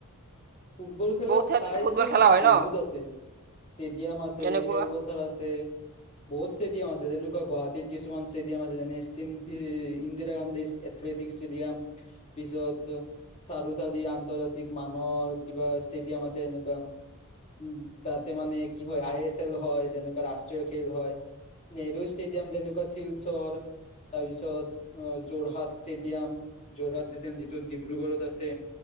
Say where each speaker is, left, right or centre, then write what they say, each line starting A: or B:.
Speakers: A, on the left; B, on the right.
A: ফুটবল খেলাৰ
B: বহুত
A: ঠাইতো
B: ফুটবল খেলা হয়
A: বহুত
B: ন
A: আছে। ষ্টেডিয়াম আছে,
B: যেনেকুৱা
A: খেলপথাৰ আছে বহুত ষ্টেডিয়াম আছে, যেনেকুৱা গুৱাহাটীত কিছুমান ষ্টেডিয়াম আছে যেনে স্তিন ই, ইন্দিৰা গান্ধী এথলেটিক ষ্টেডিয়াম, পিছত চাৰু চালি আন্তৰ্জাতিক মানৰ কিবা ষ্টেডিয়াম আছে এনেকুৱা উম, ততে মানে কি হয় আই এছ এল হয়, যেনেকুৱা ৰাষ্ট্ৰীয় খেল হয় নেহৰু ষ্টেডিয়াম যেনেকুৱা শিলচৰ তাৰপিছত অ' যোৰহাট ষ্টেডিয়াম যোৰহাট ষ্টেডিয়াম যিটো ডিব্ৰুগড়ত আছে।